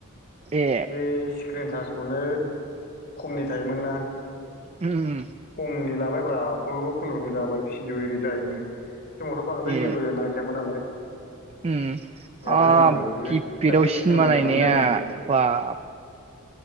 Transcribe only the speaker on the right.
ए
उम उम
ए
उम
ओ
किपिदाव
सिनेमा
नायनाया
बाब